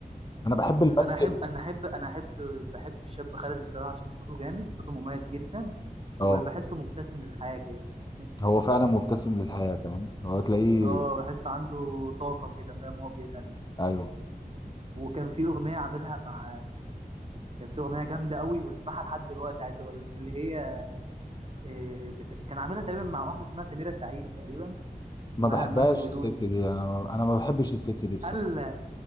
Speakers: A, on the left; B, on the right.
A: انا بحب
B: أمم،
A: الماسكل
B: أنا أحب أنا أحب أنا أحب بحب الشاب خالد الصراحة عشان صوته جامد صوته مميز جدا
A: اه
B: وبحسه مبتسم للحياة كده <laughs>
A: هو فعلا مبتسم للحياة فاهم هو تلاقيه
B: اه بحسه عنده طاقة كده فاهم هو بيغني
A: ايوه
B: وكان في أغنية عاملها مع كان في اغنيه جامده قوي بسمعها لحد دلوقتي عايز اقول لك اللي هي إيه بت... كان عاملها تقريبا مع واحده اسمها سميره سعيد تقريبا اسمها
A: ما بحبهاش
B: ماس ولودي
A: الست دي انا ما... انا ما بحبش الست دي بصراحة
B: قال لها،